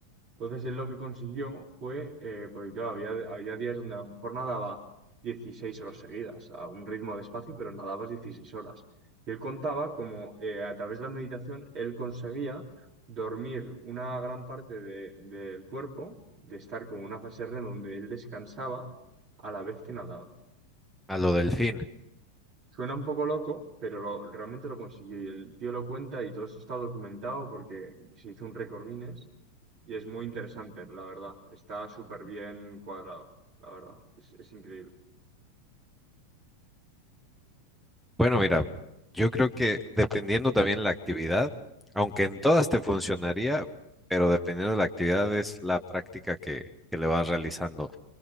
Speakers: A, on the right; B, in the centre.
A: Entonces él lo que consiguió fue, eh, porque claro, había, había días donde a lo mejor nadaba 16 horas seguidas, a un ritmo despacio, pero nadabas 16 horas. Y él contaba como eh, a través de la meditación él conseguía dormir una gran parte de- del cuerpo, de estar con una fase REM donde él descansaba a la vez que nadaba.
B: A lo del fin.
A: Suena un poco loco, pero lo, realmente lo consiguió y el tío lo cuenta y todo eso está documentado porque se hizo un récord Guinness y es muy interesante, la verdad. Está súper bien cuadrado, la verdad. Es, es increíble.
B: Bueno, mira, yo creo que dependiendo también la actividad, aunque en todas te funcionaría, pero dependiendo de la actividad es la práctica que, que le vas realizando.